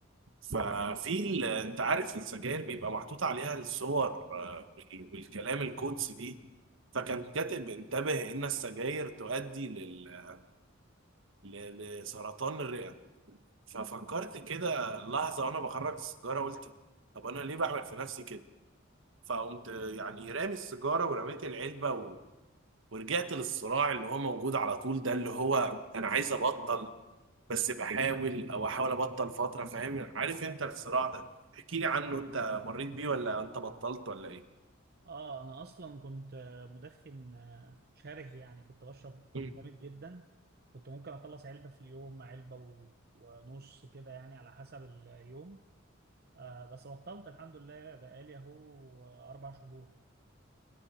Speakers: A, on the right; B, on the right.
A: ففي ال- انت عارف السجاير بيبقى محطوط عليها الصور آه، وال- والكلام القدسي دي فكان كاتب انتبه ان السجاير تؤدي لل... ل- لسرطان الرئة ففكرت كده لحظة وانا بخرج السيجارة قلت طب انا ليه بعمل في نفسي كده فقمت يعني رامي السيجارة ورميت العلبة ورجعت للصراع اللي هو موجود على طول ده اللي هو انا عايز ابطل بس بحاول او احاول ابطل فترة فاهم عارف انت الصراع ده احكي لي عنه انت مريت بيه ولا انت بطلت ولا ايه
B: اه انا اصلا كنت آه، مدخن آه، شره يعني كنت بشرب
A: مم.
B: جامد جدا كنت ممكن اخلص علبة في اليوم علبة و- ونص كده يعني على حسب اليوم آه بس بطلت الحمد لله بقالي اهو آه، اربع شهور